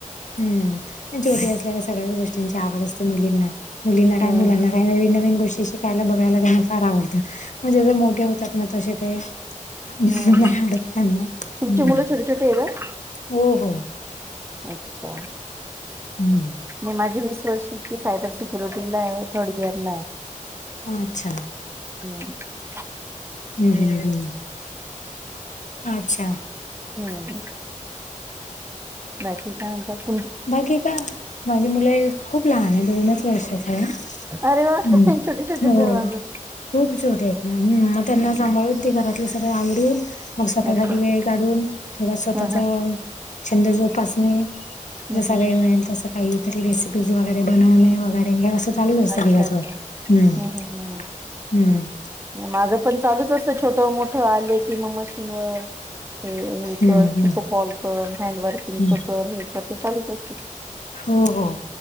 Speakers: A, on the left (about 65°); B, on the right (about 20°).
A: हम्म छोटी असलेल्या सगळ्याच गोष्टींची आवड असते मुलींना मुलींना काय
B: हम्म
A: मुलांना काही नवीन नवीन गोष्टी शिकायला बघायला त्यांना फार आवडतं म्हणजे ज मोठे होतात. तसे ते नाही
B: हम्म.
A: आवडत त्यांना हम्म
B: तुमची मुलं छोटी छोटी आहे का?
A: हो हो
B: अच्छा
A: हम्म
B: मी माझे मिस्टर वीस वर्षाची सायबंर सिक्युंरिटीलां आहे थर्ड इयंर लां आहे.
A: अच्छा.
B: ते. <unintelligible>
A: हम्मं हम्मं अच्छा.
B: हम्मं बांकी कायं म्हणतांत
A: बांकी कां माझी मुलं खूंप लहांन आहे दोनचं वर्षाचं आहे.
B: अरे वा
A: हम्मं
B: छोटे छोटेच आहे
A: हो
B: माझं.
A: खूंप छोट आहेतं नां हंम मंग त्यांना
B: हम्म
A: सांभाळून ती घरांत. ते सगळं आवरूंन मंग स्वंतःसांठी
B: अच्छा अच्छा
A: वेळ काढूंन थोडं स्वंतःचं.
B: हा हा
A: छंद जोपांसने.
B: हम्म
A: जसां
B: हम्म.
A: वेळ
B: हम्म.
A: मिळेलं तसं कांहीतरी रेसिपीज वगैरें बनवणे वगैरें हे. चालूं असतें
B: अच्छा
A: दिवसंभर
B: अच्छा.
A: हम्मं हम्मं.
B: हम्म हम्म हम्म माझं पणं चालूंचं असतं छोट मोठं आले कि मंग मं किं हे हे
A: हम्म
B: करं
A: हम्म
B: इथं कॉल करं हँड वर्किंगचं
A: हम्म
B: करं. असं चालूंचं असतें.
A: हो हो.